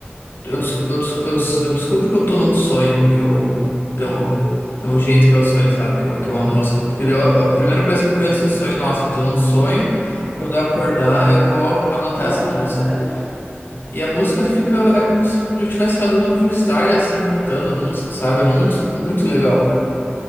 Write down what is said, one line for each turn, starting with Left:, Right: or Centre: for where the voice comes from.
Left: eu, des- eu, des- eu, eu descubro que eu tô num sonho, porque eu, pelo, pelo jeito que é o sonho, sabe? Que, eu, que
Right: Aham.
Left: é uma música.
Right: <laughs>
Left: Porque daí eu- a primeira coisa que eu penso no sonho, nossa, eu tô num sonho, quando eu acordar, eu vou anotar
Right: Ah,
Left: essa música.
Right: sério?
Left: E a música fica, é como se eu estivesse fazendo um freestyle, assim, cantando música, sabe? É muito,
Right: Uhum.
Left: muito legal.